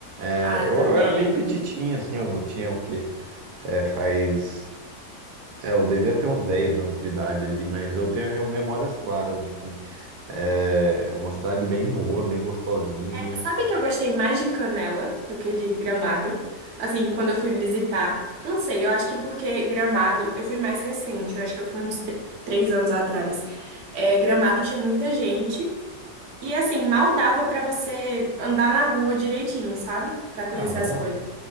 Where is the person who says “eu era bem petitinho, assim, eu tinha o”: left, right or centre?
Right